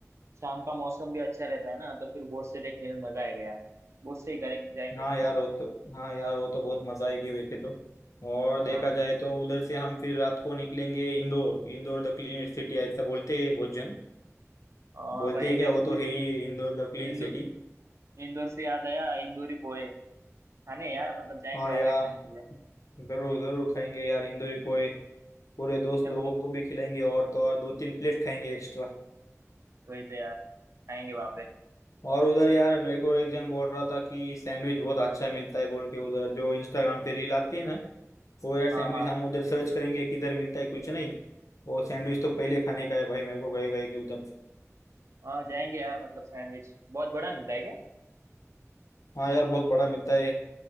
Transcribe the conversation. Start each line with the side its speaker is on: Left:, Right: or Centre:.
Right: शाम का मौसम भी अच्छा रहता है ना तो फिर बोट से देखने में मजा आएगा यार बोट से ही करेंगे जाएंगे
Left: हाँ यार वो तो हाँ यार वो तो बहुत मजा आएगी वैसे तो और देखा
Right: हाँ
Left: जाए तो उधर से हम फिर रात को निकलेंगे Indore Indore the clean city ऐसा बोलते हैं बहुत जन
Right: और
Left: बोलते
Right: भाई
Left: हैं क्या
Right: मेरे
Left: वो
Right: को
Left: तो है ही इंदौर द क्लीन
Right: इंदौर
Left: सिटी
Right: इंदौर से याद आया इंदौरी पोहे खाने यार मतलब जाएंगे
Left: हाँ
Right: वहाँ
Left: यार
Right: पे खाने के लिए
Left: जरूर जरूर खाएंगे यार इंदौरी पोहे पूरे दोस्त
Right: मैंने
Left: लोगों
Right: बहुत
Left: को भी खिलाएंगे और तो और दो तीन प्लेट खाएंगे एक्स्ट्रा
Right: वही तो यार खाएंगे वहाँ पे
Left: और उधर यार मेरे को एक जन बोल रहा था कि सैंडविच बहुत अच्छा मिलता है बोल के उधर जो इंस्टाग्राम पे रील आती है ना वो यार
Right: हाँ
Left: सैंडविच
Right: हाँ
Left: हम
Right: हाँ
Left: उधर सर्च करेंगे किधर मिलता है कुछ नहीं वो सैंडविच तो पहले खाने का है भाई मेरे को गए गए कि उधर
Right: हाँ जाएंगे यार मतलब सैंडविच बहुत बड़ा मिलता है क्या
Left: हाँ यार बहुत बड़ा मिलता है